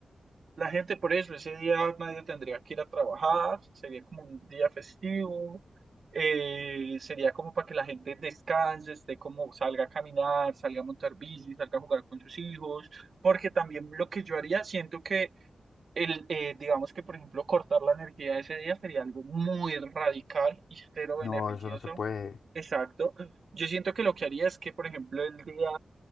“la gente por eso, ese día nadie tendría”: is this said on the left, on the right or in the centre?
Right